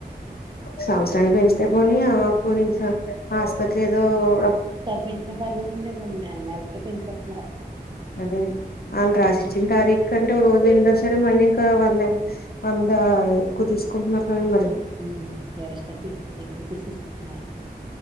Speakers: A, on the left; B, on the right.
A: సంవత్సరానికి పెంచితే పోని ఆ పోనీ స ఆస్పత్రి ఏదో ఆ
B: పెంచిన పర్లేదండి బాబు నెల నెలకి పెంచేత్తున్నారు
A: అదే ఆళ్ళు రాసిచ్చిన తారీఖు కంటే ఒక రోజు వెళ్ళినా సరే మళ్ళీ ఇంకా వందే వందా ఎక్కువ తీసుకుంటున్నారు కదండి మరి
B: వ్మ్ వ్యవస్థతిపిల్ ఎక్కువ తీసెస్ కుంటున్నారు